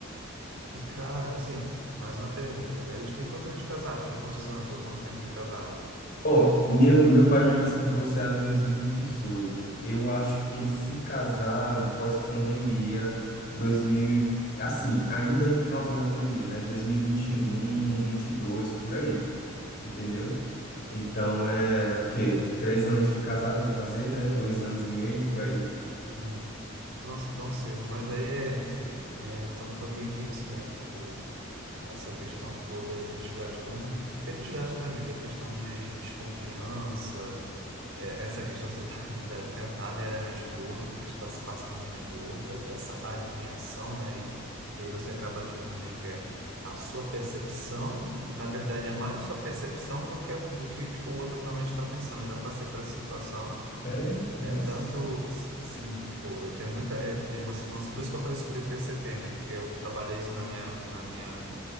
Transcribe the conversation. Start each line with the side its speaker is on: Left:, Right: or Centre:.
Right: E, cara, assim, mais uma pergunta. Eles têm quantos anos de casado? Tinha quantos anos ou quanto tempo de casado?
Left: Ó, minha- meu pai e minha mãe se divorciaram em dois mil e dezoito Eu acho que eles se casaram pós-pandemia, 2000, e- assim, ainda no finalzinho da pandemia, né? dois mil e e vinte
Right: Uhum.
Left: vinte um vinte e dois por aí, entendeu? Então é o quê? Três anos de casado ia fazer, né? Dois anos e meio, por aí.
Right: Sim. Nossa, tão cedo. Mas aí, é, enfim, é, então foi meio que isso, né? Tipo, essa questão toda aí desgastou muito. Porque desgasta, né, amigo? A questão de desconfiança, É, essa questão da você tá- <laughs> tentar ler a mente do outro, o que está se passando na mente do outro, essa adivinhação, né? E, e aí você acaba tirando meio que é a sua percepção, na verdade é mais a sua percepção do que do que, que o outro realmente está pensando. Eu já passei por essa situação.
Left: É, nossa.
Right: É tanto, s- sim, tipo, eu tenho muita é, e você falando, por isso que eu falei sobre TCP, né? Porque eu trabalhei isso na minha na minha